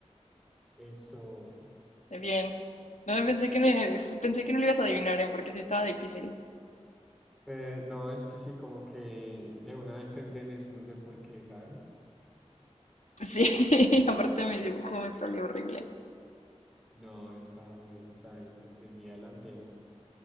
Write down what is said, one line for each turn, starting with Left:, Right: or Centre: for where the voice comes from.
Centre: Eso.
Left: Bien. No pensé que me- pensé que no lo ibas a adivinar, ¿eh? Porque sí estaba difícil.
Centre: Eh, no, es que sí, como que de una vez pensé en eso, no sé por qué, ¿sabes?
Left: Sí, <laughs> Y aparte mi dibujo me salió horrible.
Centre: No, está bien, está bien, se entendía la antena.